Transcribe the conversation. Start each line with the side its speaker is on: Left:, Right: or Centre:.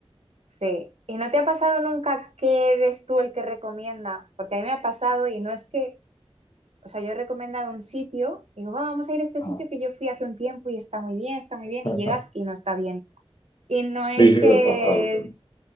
Right: sí. ¿Y no te ha pasado nunca que eres tú el que recomienda? Porque a mí me ha pasado y no es que, o sea, yo he recomendado un sitio, digo, "Va, vamos a ir a este
Left: Ah.
Right: sitio que yo fui hace un tiempo y está muy bien, está muy bien,
Left: <laughs>
Right: y llegas y no está bien. Y no es
Left: Sí, sí,
Right: que
Left: me ha pasado también.